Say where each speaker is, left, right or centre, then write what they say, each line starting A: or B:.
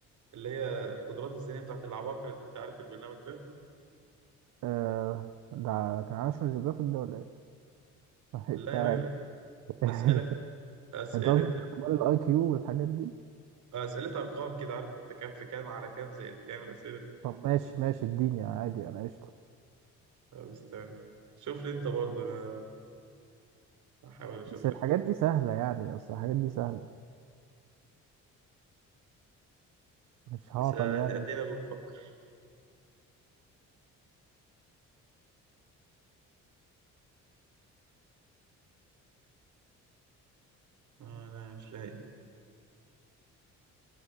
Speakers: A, on the right; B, on the right.
A: اللي هي القدرات الذهنية بتاعت العباقرة دي أنت عارف البرنامج ده
B: آه ده كان ناشونال جيوغرافيك ده ولا ايه <laughs> مش
A: لا
B: عارف
A: يا راجل
B: <laughs>
A: أسئلة أسئلة
B: انت قصدك اختبار الاي كيو والحاجات دي
A: أسئلة أرقام كده عارف أنت كام في كام على كام زائد كام الأسئلة دي
B: طب ماشي ماشي اديني عادي انا قشطه
A: طب استنى شوف لي أنت برضه أنا هحاول أشوف
B: بس الحاجات
A: لك
B: دي سهله يعني اصل الحاجات دي سهله مش
A: بس
B: هعطل
A: أدي-
B: يعني
A: أدينا بنفكر آه، أنا مش لاقي